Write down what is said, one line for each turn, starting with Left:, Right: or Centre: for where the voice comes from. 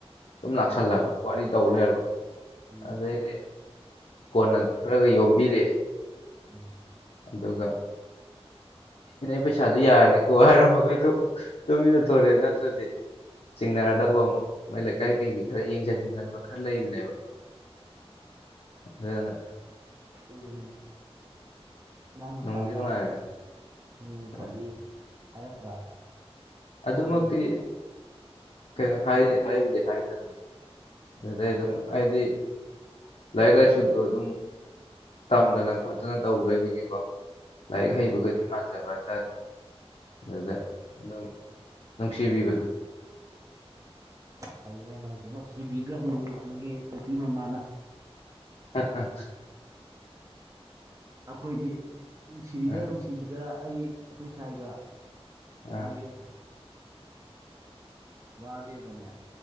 Left: ꯁꯨꯝ
Right: ꯎꯝ
Left: ꯂꯥꯛꯁꯜꯂꯕ ꯋꯥꯔꯤ ꯇꯧ ꯂꯩꯣꯏꯔꯕ
Right: ꯎꯝ
Left: ꯑꯗꯩꯗꯤ ꯀꯣꯟꯅ ꯈꯔꯒ ꯌꯣꯝꯕꯤꯔꯛꯑꯦ
Right: ꯑꯣ
Left: ꯑꯗꯨꯒ ꯅꯦ ꯄꯩꯁꯥꯗꯨ ꯌꯥꯔꯅꯤꯀꯣ ꯍꯥꯏꯔꯝꯃꯒꯗꯨ ꯇꯨꯃꯤꯟꯅ ꯊꯣꯔꯛꯦ ꯅꯠꯇ꯭ꯔꯗꯤ ꯆꯤꯡꯅꯔꯗꯧꯕ ꯑꯃ ꯃꯥꯏ ꯂꯩꯀꯥꯏ
Right: ꯎꯝ
Left: ꯀꯩꯒꯤ ꯈꯔ ꯌꯦꯡꯁꯤꯟꯒꯟꯕ ꯈꯔ ꯂꯩꯕꯅꯦꯕ ꯑꯗꯨꯅ
Right: ꯎꯝ ꯅꯪ ꯅꯨꯄꯥꯗ
Left: ꯅꯨꯡꯗꯤ
Right: ꯌꯥꯝ
Left: ꯅꯨꯡꯉꯥꯏꯕꯅꯤ
Right: ꯁꯤꯡꯉꯤ ꯁꯤꯡꯉ ꯈꯣꯠꯂꯤ
Left: ꯎꯝ
Right: ꯍꯥꯏꯔꯛꯇ꯭ꯔꯥ
Left: ꯑꯗꯨꯃꯛꯇꯤ
Right: ꯃꯤ ꯃꯌꯥꯝꯅ
Left: ꯀꯩꯅꯣ
Right: ꯏꯅꯦꯗ ꯄꯩꯁꯥ ꯂꯩ
Left: ꯍꯥꯏꯕꯨꯗꯤ ꯍꯥꯏꯗꯕꯅꯤꯗꯤ
Right: ꯎꯝ
Left: ꯑꯗꯨꯗꯩ ꯑꯗꯨꯝ ꯍꯥꯏꯗꯤ ꯂꯥꯏꯔꯤꯛ ꯂꯥꯏꯁꯨꯗꯣ ꯑꯗꯨꯝ ꯇꯝꯗꯅ ꯈꯣꯠꯇꯅ ꯇꯧ ꯂꯩꯕꯒꯤꯀꯣ ꯂꯥꯏꯔꯤꯛ
Right: ꯎꯝ
Left: ꯍꯩꯕꯒꯗꯤ ꯃꯥꯟꯖꯕ ꯍꯥꯏꯇꯥꯔꯦ ꯑꯗꯨꯗ
Right: ꯎꯝ
Left: ꯑꯗꯨꯝ ꯅꯨꯡꯁꯤꯕꯤꯕꯗꯨ
Right: ꯐꯩꯅꯦ ꯅꯣꯏꯗꯤ ꯅꯨꯡꯁꯤꯕꯤꯈ꯭ꯔꯕꯅꯤ ꯑꯗꯨꯒꯤ ꯅꯨꯄꯤ ꯃꯃꯥꯅ
Left: ꯑ
Right: ꯑꯩꯈꯣꯏꯗꯤ ꯅꯨꯡꯁꯤꯔꯤꯗ
Left: ꯑꯥ
Right: ꯅꯨꯡꯁꯤ ꯁꯤꯗꯨꯗ ꯑꯩ ꯑꯩꯈꯣꯏ ꯁ꯭ꯋꯥꯥꯏꯒ
Left: ꯑꯥ
Right: ꯃꯥꯒꯤ ꯕꯥꯗꯤꯗꯅꯦ